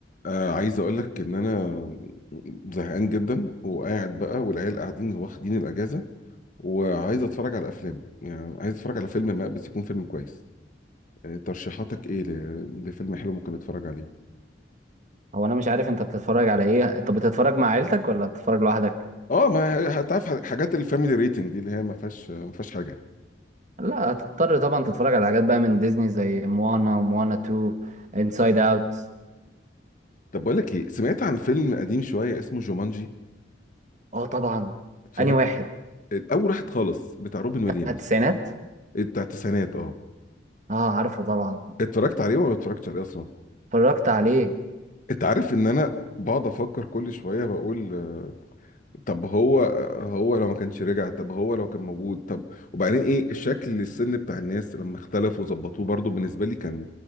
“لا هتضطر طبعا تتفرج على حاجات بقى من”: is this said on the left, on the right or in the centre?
Right